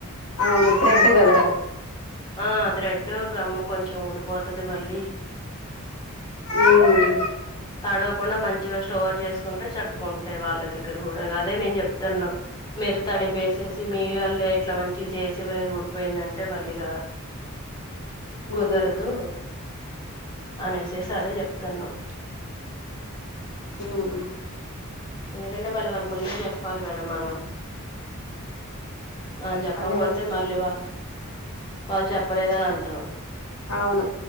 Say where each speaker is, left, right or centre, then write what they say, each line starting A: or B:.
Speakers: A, on the left; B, on the left.
A: అవును త్రేడ్ గదర
B: ఆ త్రేడ్ గమ్ము కొంచెం ఊడిపోతది మళ్ళీ
A: ఉమ్
B: తడవకుండా మంచిగా స్టోర్ చేస్ ంటే చక్కగాంటాయ్ వాళ్ళ దగ్గర కూడా అదే మేము చెప్తున్నాం మిరు తడిపేసేసి మీ వాళ్ళ ఇట్లా మంచి చేసివ్వలేదు ఊడిపోయిందంటే మళ్లి ఇగ కుదరదు
A: ఉమ్
B: అనేసేసి అదే చెప్తాన్నం
A: హుమ్
B: ఎందుకంటే మళ్ళీ వారి ముందే చెప్పాలి కదా మనం మం చెప్పకపోతే
A: అదే అదే
B: మళ్ళీ వా వాళ్ళు చెప్పలేదని అంటారు
A: అవును